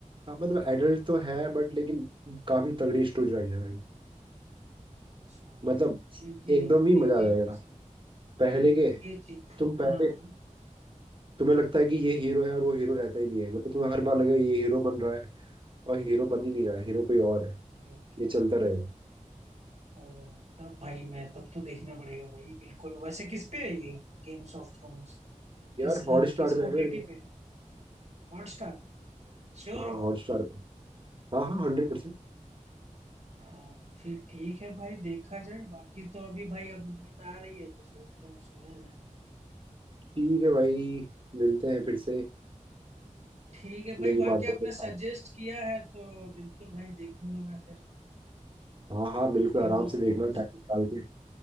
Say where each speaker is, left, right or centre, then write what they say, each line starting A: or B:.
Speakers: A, on the right; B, on the right.
A: हाँ मतलब एडल्ट तो है बट लेकिन काफी तगड़ी स्टोरी लाइन है भाई
B: अच्छा
A: मतलब
B: तो ये ये
A: एकदम ही
B: ये
A: मजा आ
B: ये
A: जाएगा
B: चीजें
A: पहले के
B: ये चीज
A: तुम पहले
B: हाँ
A: तुम्हें लगता है कि ये हीरो है और वो हीरो रहता ही नहीं है मतलब तुम्हें हर बार लगेगा ये हीरो बन रहा है और हीरो बन ही नहीं रहा है हीरो
B: ओके
A: कोई और है
B: ओके
A: ये चलता रहेगा
B: ओ तब भाई मैं तब तो देखना पड़ेगा भाई बिल्कुल वैसे किस पे है ये गेम्स ऑफ थ्रोन्स किस
A: यार
B: अ,
A: हॉट स्टार
B: किस
A: पे है
B: ओटीटी
A: मेरे को
B: पे है हॉटस्टार पे श्योर
A: हाँ
B: हो
A: हॉट
B: आप
A: स्टार पे हाँ हाँ हंड्रेड परसेंट
B: हाँ तो फिर ठीक है भाई देखा जाए बाकी तो अभी भाई अब नींद आ रही है तो सोच रहा हूँ सोया जाए
A: ठीक है भाई मिलते हैं फिर से
B: ठीक है भाई
A: नई
B: बाकी
A: बातों
B: आपने
A: के साथ
B: सजेस्ट किया है तो बिल्कुल भाई देखूंगा मैं फिर
A: हाँ हाँ बिल्कुल
B: गेम
A: आराम
B: ऑफ
A: से देखना
B: थ्रोन्स
A: टाइम निकाल के